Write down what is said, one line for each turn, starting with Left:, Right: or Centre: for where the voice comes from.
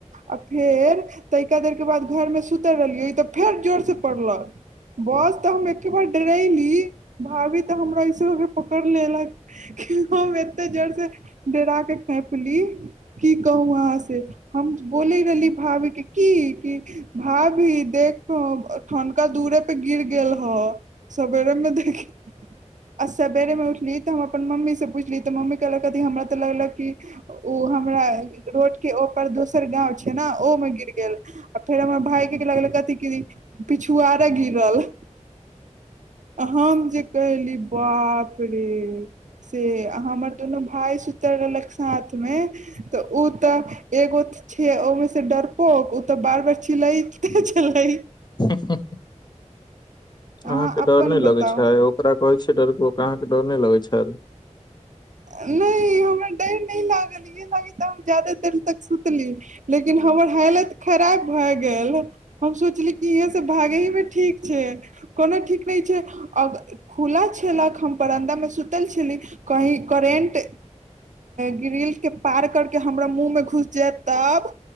Right: आ फेर तऽ एका देरके बाद घरमे सुतल रहलियै ई तऽ फेर जोरसँ पड़लक बस तऽ हम एके बार डरैली भाभी तऽ हमरा ईस के पकड़ लेलक हम एते जर से डरा के खेपली क कहू वहाँ से हम बोले रहली भाभी के की क भाभी देख ठनका दूरे पे गिर गेल ह सबेरममे देखी अ स बेेरमे उठल तऽ हम अपन मम्मी से पूछली तऽ मम्मी कहलक अद हमरा तऽ लगलक क ओ हमरा रोड के पर दोसर गाव छै ने ओमे गिर गेल आ फेर हमर भााय के लगले कथि क पिछुआरा गिरल हम जे कहली बाप रे से हमर दुनू भााय सुतल रहलक साथमे तऽ ओ एगो छै ओमे से डरपोक ओ तऽ बार बार चिलई छलै
Left: ह ह अहाँके
Right: अहाँ अपन
Left: डर नहि
Right: बताउ
Left: लगै छै ओकरा कहै छै डर अ के डर नहि लगे छै खल
Right: नहि हमरा डर नहि लागल इएह लागल तऽ हम ज्यादा देर तक सुतली लेकिन हमर हालत खराब भए गेल हम सोचली कि इहे सब भागे ही मे ठीक छै कोना ठीक छै खुला छलक हम परन्दा मे सुतल छली कही करेन्ट ग्रिलके पार करके हमरा मुँहमे घुसि जायत तब